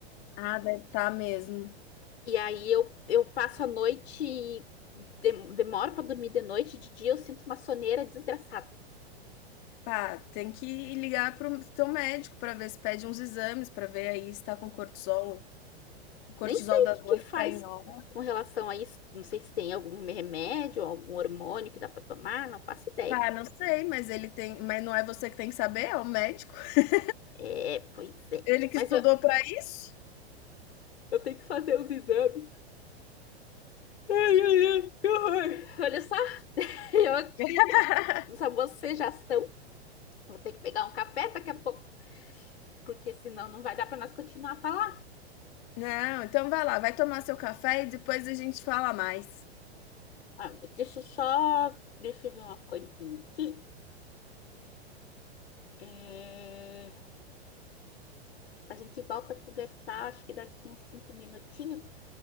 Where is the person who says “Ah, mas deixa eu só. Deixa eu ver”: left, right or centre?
Left